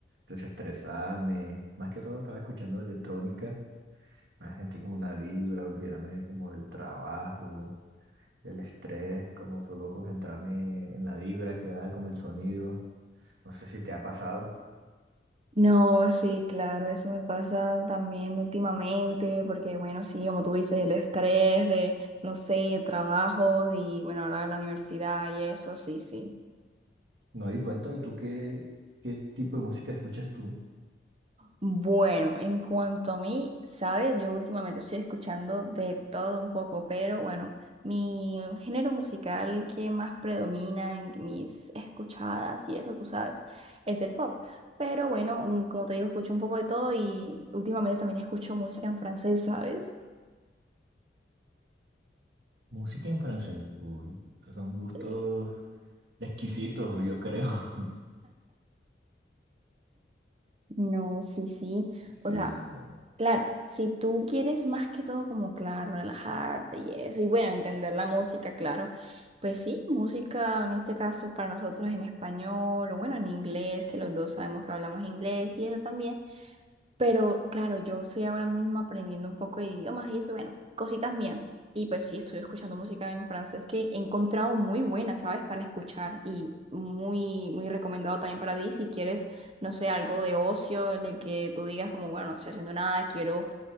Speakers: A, on the right; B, on the right.
A: desestresarme, más que todo estaba escuchando electrónica, me sentí como una vibra, olvidarme como del trabajo, del estrés, como solo concentrarme en la vibra que da, como el sonido, no sé si te ha pasado.
B: No, sí, claro, eso me pasa también últimamente, porque bueno, sí, como tú dices, el estrés de, no sé, trabajos y bueno, ahora la universidad y eso, sí, sí.
A: No, y cuéntame tú qué, qué tipo de música escuchas tú.
B: Bueno, en cuanto a mí, sabes, yo últimamente estoy escuchando de todo un poco, pero bueno, mi género musical que más predomina en mis escuchadas y eso, tú sabes, es el pop. Pero bueno, mm, como te digo, escucho un poco de todo y últimamente también escucho música en francés, ¿sabes?
A: Música en francés, uy, son gustos
B: Eh,
A: exquisitos, yo creo. <laughs>
B: No, sí, sí. O
A: Sí,
B: sea,
A: no.
B: Claro, si tú quieres más que todo como, claro, relajarte y eso, y bueno, entender la música, claro, pues sí, música en este caso para nosotros en español o bueno, en inglés, que los dos sabemos que hablamos inglés y eso también, pero claro, yo estoy ahora mismo aprendiendo un poco de idiomas y eso, bueno, cositas mías, y pues sí, estoy escuchando música en francés que he encontrado muy buena, ¿sabes? Para escuchar y muy, muy recomendado también para ti si quieres, no sé, algo de ocio en el que tú digas como, bueno, no estoy haciendo nada, quiero